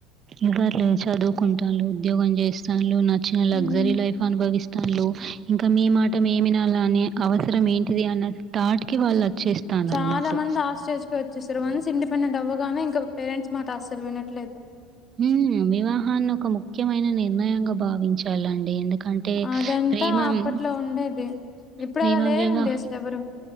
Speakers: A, on the right; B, on the left.
A: ఇవర్లేదు చదువుకుంటాలు ఉద్యోగం చేస్తాలు నచ్చిన లగ్జరీ
B: ఉమ్
A: లైఫ్ అనుభవిస్ వాళ్ళు ఇంకా మీ మాట మేము వినాల అనే అవసరం ఏంటిది అన్న థాట్కి వాళ్ళు వచ్చేస్తాండ్రు
B: చాలా
A: అన్నట్టు.
B: మంది ఆస్టేజ్ కే వచ్చేసారు వన్స్ ఇండిపెండెంట్ అవ్వగానే ఇంకా పేరెంట్స్ మాట అస్సలు వినట్లేదు
A: హు వివాహాన్ని ఒక ముఖ్యమైన నిర్ణయంగా భావించాలండి ఎందుక్ అంటే
B: అదంతా
A: ప్రేమమ్
B: అప్పట్లో ఉండేది ఇప్పుడు
A: ప్రేమ
B: అలా లేరండి
A: వివహ్
B: అసలు ఎవరు